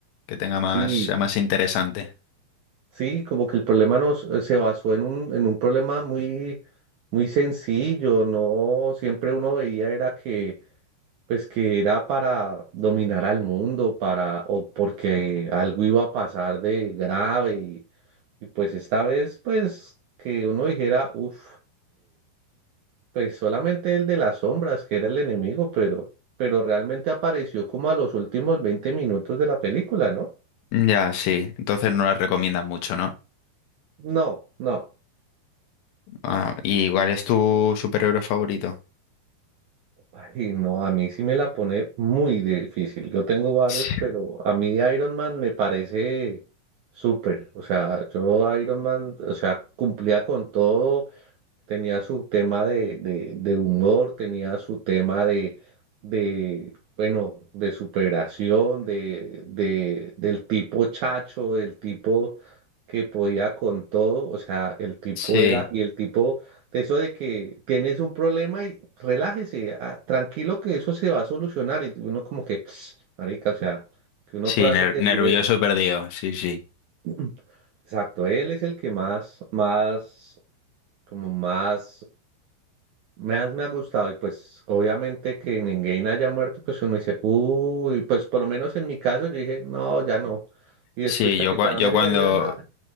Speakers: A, on the left; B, on the right.
A: Que tenga más,
B: Sí,
A: sea más interesante.
B: sí, como que el problema no se basó en un, en un problema muy, muy sencillo, ¿no? Siempre uno veía era que pues que era para dominar al mundo, para, o porque algo iba a pasar de grave y, y pues esta vez, pues que uno dijera, uff, pues solamente el de las sombras que era el enemigo, pero, pero realmente apareció como a los últimos 20 minutos de la película, ¿no?
A: Ya, sí. Entonces no la recomiendas mucho, ¿no?
B: No, no.
A: Ah, ¿y cuál es tu superhéroe favorito?
B: Ay, no, a mí sí me la pone muy difícil. Yo tengo varios,
A: Sí,
B: pero a mí Iron Man me parece súper. O sea, yo Iron Man, o sea, cumplía con todo tenía su tema de, de, de humor, tenía su tema de, de bueno, de superación, de, de, del tipo chacho, del tipo que podía con todo, o sea, el tipo
A: sí,
B: era, y el tipo, de eso de que tienes un problema y relájese, ah, tranquilo que eso se va a solucionar, y uno como que, <sniffs> marica, o sea, que uno
A: sí,
B: pueda
A: ner-
B: hacer decir
A: nervioso
B: eso.
A: perdido, sí, sí.
B: <clears throat> Exacto, él es el que más, más, como más me ha, me ha gustado y pues obviamente que Endgame haya muerto, pues uno dice, uy, pues por lo menos en mi caso yo dije, no, ya no. Y después
A: Sí,
B: Capitán
A: yo, cua-
B: América,
A: yo cuando,
B: yo, nada